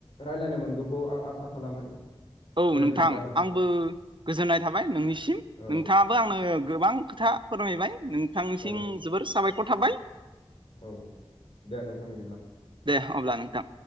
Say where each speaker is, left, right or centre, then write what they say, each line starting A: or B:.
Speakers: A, on the left; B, on the right.
A: रायलायनो मोनगौखौ आं आसा खालामो
B: औ
A: दे
B: नोंथां
A: बिदिब्ला
B: आंबो गोजोननाय थाबाय नोंनिसिम
A: औ
B: नोंथाङा बो आंनो गोबां खोथा फोरमायबाय नोंथांसिम
A: औ
B: जोबोर साबायखर थाबाय
A: औ दे नोंथां बिदिब्ला
B: दे अब्ला नोंथां